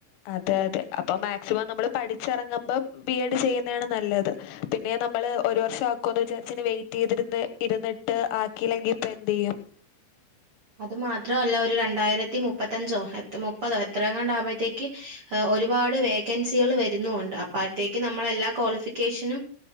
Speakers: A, on the left (about 85°); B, on the right (about 55°).
A: അതെ അതെ അപ്പൊ മാക്സിമം നമ്മൾ പഠിച്ചിറങ്ങുമ്പം ബി എഡ് ചെയ്യുന്നതാണ് നല്ലത് പി പിന്നെ നമ്മള് ഒരു വർഷം ആക്കുമന്ന് വിചാരിച്ച വെയിറ്റ് ചെയ്തി ഇരുന്നിട്ട് ആക്കിയില്ലെങ്കി ഇപ്പ എന്ത് ചെയ്യും
B: അത് മാത്രല്ല ഒരു രണ്ടായിരത്തി മുപ്പത്തഞ്ചോ മുപ്പതോ എത്ര കണ്ടാകുമ്പോഴത്തേക്ക് ഒരുപാട് വേക്കൻസികൾ വരുന്നുണ്ട്.. അപ്പോത്തേക്ക് നമ്മളെല്ലാ ക്വാളിഫി ക്കേഷനും